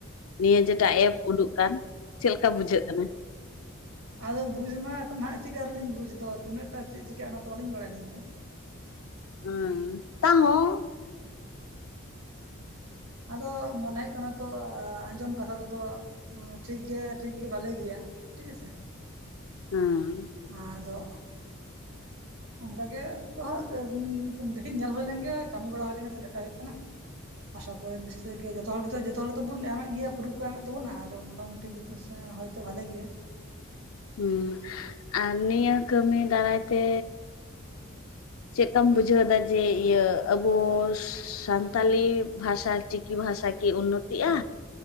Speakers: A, on the left; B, on the right.
A: ᱱᱤᱭᱟᱸ ᱡᱮᱴᱟ ᱮᱯ ᱩᱰᱩᱻᱜ ᱠᱟᱱ ᱪᱮᱫᱮ ᱞᱮᱠᱟ ᱵᱩᱡᱷᱟᱹᱜ ᱠᱟᱱᱟ
B: ᱟᱫᱚ ᱵᱩᱡᱽ ᱢᱟ ᱮᱠᱷᱚᱱ ᱦᱟᱸᱜ ᱪᱮᱫ ᱜᱮ ᱟᱹᱨᱤ ᱞᱤᱧ ᱵᱩᱡᱽ ᱫᱚ ᱛᱤᱱᱟᱹᱜ ᱴᱟᱜ ᱪᱮᱜ ᱪᱤᱠᱟᱹᱜᱼᱟ ᱚᱱᱟ ᱛᱚ ᱵᱟᱞᱤᱧ ᱵᱟᱲᱟᱭ ᱟᱹᱞᱤᱧ ᱛᱚ
A: ᱦᱩᱸ ᱛᱟᱦᱚᱸ <inaudible>
B: ᱟᱫᱚ ᱢᱚᱱᱮ ᱦᱩᱭᱩᱜ ᱠᱟᱱᱟ ᱛᱚ ᱟᱸᱡᱚᱢ ᱠᱟᱛᱷᱟ ᱛᱮᱫᱚ ᱚ ᱴᱷᱤᱠ ᱜᱮ ᱴᱷᱤᱠ ᱜᱮ ᱵᱷᱟᱞᱮ ᱜᱮᱭᱟ ᱴᱷᱤᱠ ᱟᱪᱷᱮ
A: ᱦᱚᱸ <unintelligible>
B: ᱟᱫᱚ
A: <inaudible>
B: ᱚᱱᱠᱟ ᱜᱮ ᱦᱟᱸᱜ <unintelligible> ᱫᱤᱠᱷᱤ ᱧᱮᱞ ᱦᱩᱭᱳ ᱞᱮᱱᱜᱮ ᱠᱟᱹᱢᱤ ᱵᱟᱲᱟ ᱦᱩᱭ ᱞᱮᱱᱜᱮ ᱛᱤᱱᱟᱹᱜᱴᱟᱜ ᱦᱩᱭᱩᱜ ᱠᱟᱱᱟ ᱟᱥᱟ ᱠᱚᱨᱮ ᱱᱤᱥᱪᱚᱭ ᱜᱮ ᱡᱚᱛᱚ ᱦᱚᱲ ᱜᱮᱛᱚ ᱡᱚᱛᱚ ᱦᱚᱲ ᱫᱚᱵᱚᱱ ᱮᱢᱮᱫ ᱜᱮᱭᱟ ᱯᱩᱨᱩᱵ ᱠᱚ ᱮᱢᱮᱫ ᱛᱟᱵᱚᱱᱟ ᱟᱫᱚ ᱢᱚᱴᱟ ᱢᱚᱴᱤ <unintelligible> ᱦᱚᱭᱛᱚ ᱵᱷᱟᱞᱮ ᱜᱮᱭᱟ
A: ᱩᱸ ᱟᱨ ᱱᱤᱭᱟᱹ ᱠᱟᱹᱢᱤ ᱫᱟᱨᱟᱻᱭ ᱛᱮ ᱪᱮᱜᱠᱟᱢ ᱵᱩᱡᱷᱟᱹᱣᱮᱫᱼᱟ ᱤᱭᱟᱹ ᱡᱮ ᱟᱵᱚ <unintelligible> ᱥᱟᱱᱛᱟᱞᱤ ᱵᱷᱟᱥᱟ ᱚᱞ ᱪᱤᱠᱤ ᱵᱷᱟᱥᱟ ᱠᱤ ᱩᱱᱱᱚᱛᱤᱜᱼᱟ